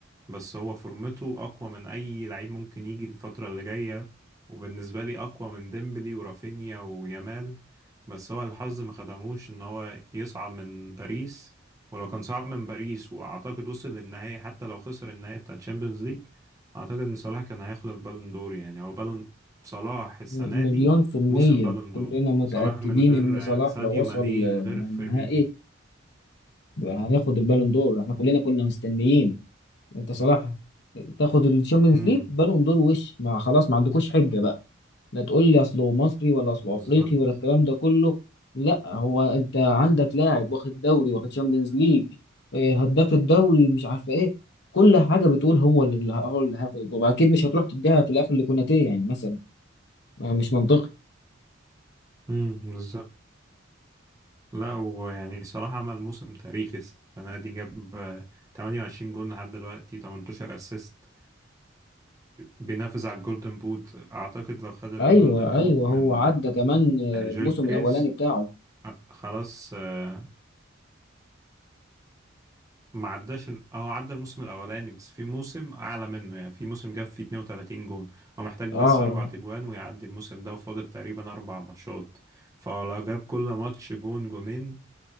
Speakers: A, on the right; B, on the left.
A: بس هو فورمته اقوى من اي لعيب ممكن يجي الفترة اللي جاية وبالنسبة لي اقوى من ديمبلي ورافينيا ويامال بس هو الحظ ما خدموش ان هو يصعد من باريس ولو كان صعد من باريس واعتقد وصل للنهاية حتى لو خسر النهاية بتاع تشامبيونز ليج اعتقد ان صلاح كان هياخد البالون دور يعني هو بالون صلاح السنة
B: مليون
A: دي
B: في المية
A: موسم بالون
B: كلنا
A: دور
B: متأكدين
A: صلاح من غير
B: إن صلاح
A: آه، ساديو
B: لو وصل
A: ماني
B: النهائي
A: من غير فيرمينيو
B: هياخد البالون دور احنا كلنا كنا مستنيين انت صراحه تاخد الشامبيونز
A: امم
B: ليج بالون دور وش مع خلاص ما عندكوش حجه بقى لا تقول لي اصله مصري ولا اصله
A: بالظبط
B: افريقي ولا الكلام ده كله لا هو انت عندك لاعب واخد دوري واخد شامبيونز ليج آه، هداف الدوري مش عارفه ايه كل حاجه بتقول هو اللي هو اللي هياخد الكوره اكيد مش هتروح تديها في الاخر لكوناتيه يعني مثلا ما مش منطقي
A: امم بالظبط لا ويعني صراحة عمل موسم تاريخي السنة دي جاب آه، 28 جون لحد دلوقتي 18 اسيست بينافس على الجولدن بوت أعتقد لو خد الجولدن
B: ايوه
A: بوت
B: ايوه
A: من
B: هو عدى
A: آه،
B: كمان آه،
A: جيل
B: الموسم
A: كريس
B: الاولاني بتاعه
A: خ- خلاص آه، ما عداش ال- أو عدى الموسم الأولاني بس في موسم أعلى منه يعني في موسم جاب فيه 32 جون هو محتاج
B: اه
A: بس أربع تجوان ويعدي الموسم ده وفاضل تقريبا أربع ماتشات فلو جاب كل ماتش جون جونين